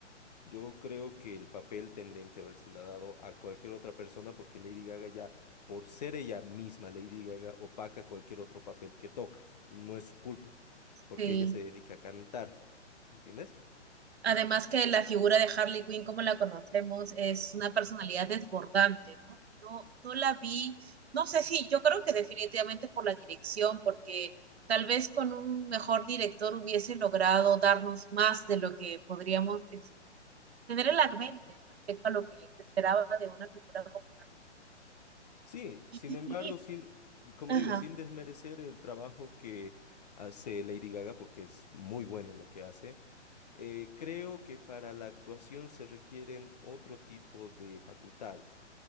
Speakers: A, on the left; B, on the right.
A: Yo creo que el papel tendrían que habérsela dado a cualquier otra persona porque Lady Gaga ya, por ser ella misma, Lady Gaga opaca cualquier otro papel que toca y no es su culpa porque
B: Sí.
A: ella se dedica a cantar, ¿entiendes?
B: Además que la figura de Harley Quinn, como la conocemos, es una personalidad desbordante, ¿no? No, no la vi, no sé si, yo creo que definitivamente por la dirección, porque tal vez con un mejor director hubiese logrado darnos más de lo que podríamos es, tener en la mente respecto a lo que se esperaba de una figura como Harley.
A: Sí, sin
B: Quinn
A: embargo, sin, como
B: Ajá,
A: digo, sin desmerecer el trabajo que hace Lady Gaga, porque es muy buena en lo que hace, eh, creo que para la actuación se requieren otro tipo de facultades.